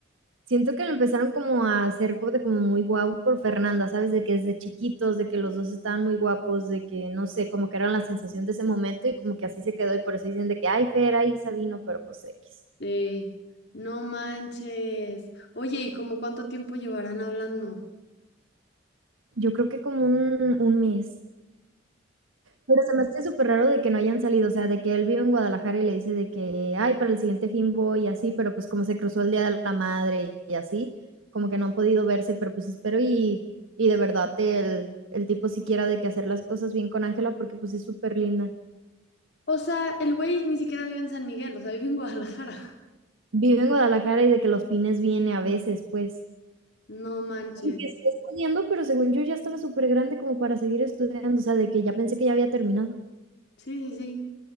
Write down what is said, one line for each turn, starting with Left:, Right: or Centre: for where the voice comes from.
Right: Siento que lo empezaron como a hacer co de como muy guapo por Fernanda, ¿sabes? De que desde chiquitos, de que los 2 estaban muy guapos, de que, no sé, como que eran la sensación de ese momento y como que así se quedó, y por eso dicen de que: "Ay, Fera y Sabino", pero, pues, equis.
Left: Sí, no manches. Oye, ¿y como cuánto tiempo llevarán hablando?
Right: Yo creo que como un un mes. Pero se me hace súper raro de que no hayan salido, o sea, de que él vive en Guadalajara y le dice de que, ay, para el siguiente fin voy y así, pero pues como se cruzó el Día de la Madre y así, como que no han podido verse, pero pues espero y, y de verdad el, el tipo siquiera de que hacer las cosas bien con Ángela porque pues es súper linda.
Left: O sea, el güey ni siquiera vive en San Miguel, o sea, vive en Guadalajara.
Right: Vive en Guadalajara y de que los fines viene a veces, pues.
Left: No manches.
Right: Y que está estudiando, pero según yo ya estaba súper grande como para seguir estudiando, o sea, de que ya pensé que ya había terminado.
Left: Sí, sí, sí.